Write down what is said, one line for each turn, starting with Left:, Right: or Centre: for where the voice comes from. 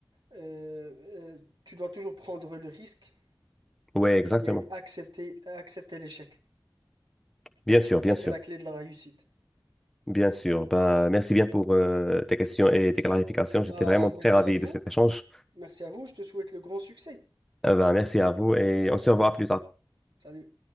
Right: euh, euh, tu dois toujours prendre le risque.
Centre: Oui, exactement.
Right: et accepter, accepter l'échec.
Centre: Bien sûr,
Right: Ça,
Centre: bien
Right: c'est
Centre: sûr.
Right: la clé de la réussite.
Centre: Bien sûr. Bah, merci bien pour euh, tes questions et tes clarifications.
Right: Bah,
Centre: J'étais vraiment
Right: merci
Centre: très ravi
Right: à vous.
Centre: de cet échange.
Right: Merci à vous. Je te souhaite le grand succès.
Centre: Euh, bah, merci à vous
Right: Merci.
Centre: et on se
Right: Au revoir.
Centre: revoit plus tard.
Right: Salut.